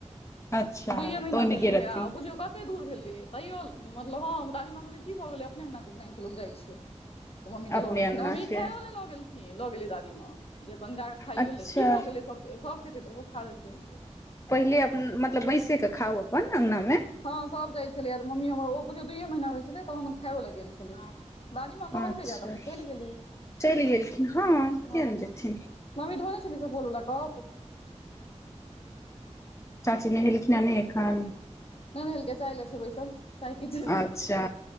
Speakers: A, on the left; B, on the left.
A: अच्छा
B: दुइयए महीना
A: तऽ ओहिमे
B: भेल
A: गेल
B: रहै,
A: रहथिन
B: आब बुझियो क कते दूर भेलै, तैयो मतलब हँ, दादी मां कहलके की भऽ गेलै, अपने अंगना के उपनइन छै, लोक जाइत छैै। तऽ मम्मी के
A: अपने
B: लऽ गेलखिन,
A: अंगना
B: मम्मी
A: के
B: खायो ले लऽ गेलखिन, लऽ गेलै दादीमााँ। जे अपन जा कऽ खाइयो
A: अच्छा
B: लेत, की भऽ गेलै सभ खेतै तऽ ओहो खा लतै।
A: पहिले अपन मतलब, बैसे के खाउ अपन अङगना मे।
B: हँ, सब जाइ छलै, मम्मी हमर ओ बुझियो दुइयए महीना भेल छलै, तहन खायो ल गेल छलै। दादीमा कहलके
A: अच्छा
B: जायलै, तऽअपन चलि गेलै,
A: चलि गेलखिन किया
B: हँ।
A: ने जेथिन
B: मम्मी धोने छलीह सपबोल वला कप
A: चाची नहेलखिन हन नै एखन
B: नै नहलकै चाय लेय छै, बैसल चाय पीते
A: अच्छा